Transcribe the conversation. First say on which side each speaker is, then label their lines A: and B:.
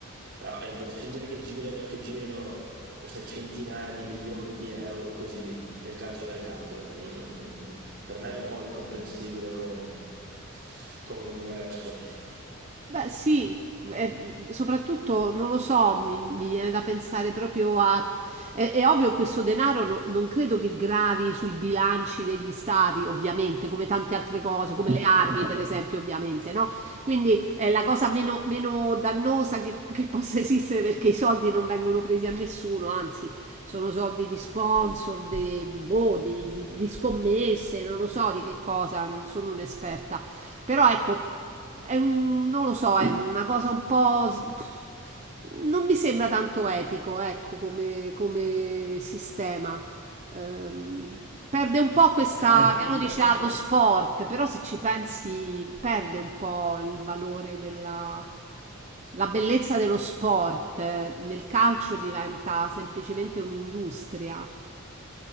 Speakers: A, on the right; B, on the right.
A: Ah, È impossibile che girino, che girino queste centinaia di milioni di euro così del calciomercato. Non- per me è un po' incomprensibile come, come universo.
B: Beh, sì, eh, soprattutto non lo so, mi, mi viene da pensare proprio a... È, è ovvio che questo denaro no- non credo che gravi sui bilanci degli stati, ovviamente, come tante altre cose, come
A: No,
B: le armi,
A: no, no.
B: per esempio, ovviamente, no? Quindi è la cosa meno, meno dannosa che, che possa esistere perché i soldi non vengono presi a nessuno, anzi, sono soldi di sponsor, di, boh, di, di di scommesse, non lo so di che cosa, non sono un'esperta. Però ecco, è un, non lo so, è una cosa un po'... s- pff, non mi sembra tanto etico, ecco, come, come sistema. Ehm, perde un po' questa...
A: È come
B: che
A: sistema,
B: uno dice, ah,
A: sì.
B: lo sport, però se ci pensi perde un po' il valore della... La bellezza dello sport eh, nel calcio diventa semplicemente un'industria.